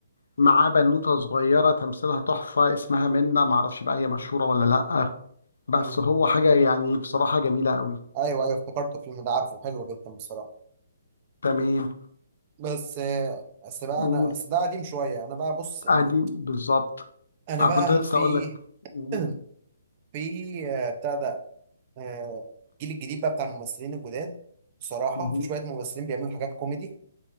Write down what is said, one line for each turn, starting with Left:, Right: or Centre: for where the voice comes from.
Left: معاه بنوتة صغيرة تمثيلها تحفة اسمها منة معرفش بقى هي مشهورة ولا لأ بس
Right: امم
Left: هو حاجة يعني بصراحة جميلة قوي
Right: ايوه ايوه افتكرت الفيلم ده عارفه حلو جدا بصراحه
Left: تمام
Right: بس بس بقى
Left: فقول
Right: انا بس ده قديم شويه انا بقى بص يعني
Left: ادي بالظبط
Right: انا
Left: انا
Right: بقى
Left: كنت لسه
Right: في
Left: اقول لك قول
Right: <clears throat> في آه، بتاع ده آه، الجيل الجديد بقى بتاع الممثلين الجداد بصراحه
Left: مهم.
Right: في شويه ممثلين بيعملوا حاجات كوميدي